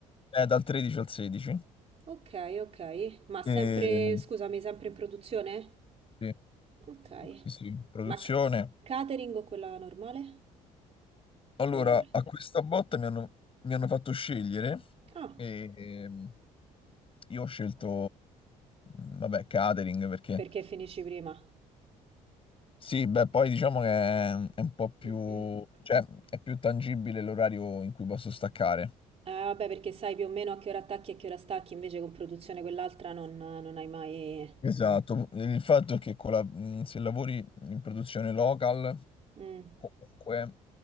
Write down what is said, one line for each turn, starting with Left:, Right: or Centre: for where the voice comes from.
Left: eh, dal 13 al 16.
Right: ok, ok. Ma sempre,
Left: E,
Right: scusami, sempre in produzione?
Left: sì,
Right: Ok.
Left: sì, sì, produzione.
Right: Ma c- catering o quella normale?
Left: Allora,
Right: Normale.
Left: a questa botta mi hanno, mi hanno fatto scegliere
Right: Ah,
Left: e ehm, io ho scelto, mm, vabbè, catering perché
Right: perché finisci prima?
Left: Sì, beh, poi diciamo che è è un po' più,
Right: <clears throat>
Left: cioè, è più tangibile l'orario in cui posso staccare.
Right: Ah, vabbè, perché sai più o meno a che ora attacchi e a che ora stacchi, invece con produzione quell'altra non, non hai mai...
Left: Esatto, il fatto è che con la- mh, se lavori in produzione local,
Right: Mm.
Left: comunque